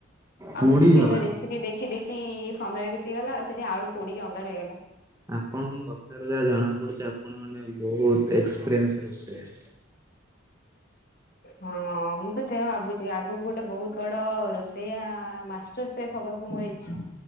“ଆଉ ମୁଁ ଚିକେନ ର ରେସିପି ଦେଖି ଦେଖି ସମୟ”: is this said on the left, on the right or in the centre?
Left